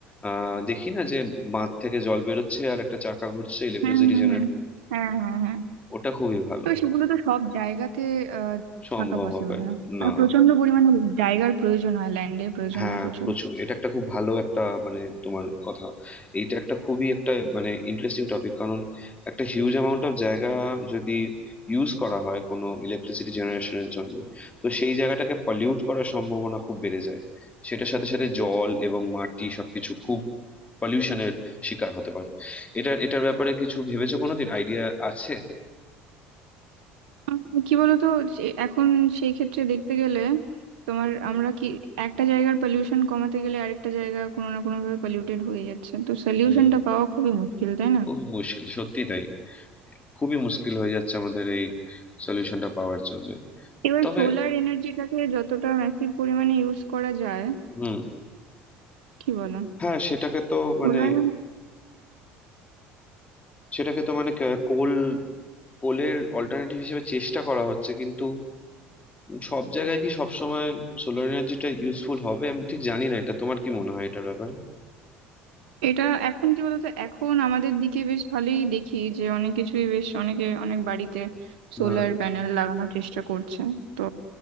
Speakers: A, on the left (about 25°); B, on the right (about 80°).
A: আহ দেখি না যে বাঁধ থেকে জল বেরোচ্ছে আর একটা চাকা ঘুরছে ইলেকট্রিসিটি
B: হুম হুম
A: জেনারেট
B: হুম হ্যাঁ হ্যাঁ হ্যাঁ
A: ওটা খুবই ভালো
B: তো সেগুলো তো সব জায়গাতে আহ,
A: সম্ভব
B: থাকা পসিবল
A: হবে না
B: না
A: না
B: আর প্রচন্ড পরিমাণে জায়গার প্রয়োজন হয় ল্যান্ডের প্রয়োজন
A: হ্যাঁ
B: হয় প্রচুর
A: প্রচুর এটা একটা খুব ভালো একটা মানে তোমার কথা এইটা একটা খুবই একটা মানে ইন্টারেস্টিং টপিক কারণ একটা হিউজ অ্যামাউন্ট অফ জায়গা যদি ইউজ করা হয় কোনো ইলেকট্রিসিটি জেনারেশনের জন্য তো সেই জায়গাটাকে পলিউট করার সম্ভাবনা খুব বেড়ে যায় সেটার সাথে সাথে জল এবং মাটি সবকিছু খুব পলিউশনের শিকার হতে পারে এটা এটার ব্যাপারে কিছু ভেবেছো কোনোদিন আইডিয়া আছে
B: উম, কি বলতো সে- এখন সেই ক্ষেত্রে দেখতে গেলে তোমার আমরা কি একটা জায়গার পলিউশন কমাতে গেলে আরেকটা জায়গা কোনো না কোনো ভাবে পলিউটেড হয়ে যাচ্ছে তো সলিউশনটা
A: হুম
B: পাওয়া খুবই মুশকিল তাই না
A: খুবই মুশকিল সত্যি তাই খুবই মুশকিল হয়ে যাচ্ছে আমাদের এই সলিউশনটা পাওয়ার জন্য
B: এবার
A: তবে
B: সোলার এনার্জিটাকে যতটা ম্যাসিভ পরিমাণে ইউজ করা যায়
A: হুম
B: কি বলো
A: হ্যাঁ সেটাকে তো
B: সোলার
A: মানে সেটাকে তো মানে কে- কোল কোলের অল্টারনেটিভ হিসেবে চেষ্টা করা হচ্ছে কিন্তু সব জায়গায় কি সব সময় সোলার এনার্জিটা ইউজফুল হবে আমি ঠিক জানি না এটা তোমার কি মনে হয় এটার ব্যাপারে
B: এটা এখন কি বলতো এখন আমাদের দিকে বেশ ভালোই দেখি যে অনেক কিছুই বেশ অনেকে অনেক বাড়িতে
A: হ্যাঁ
B: সোলার প্যানেল লাগানোর চেষ্টা করছে তো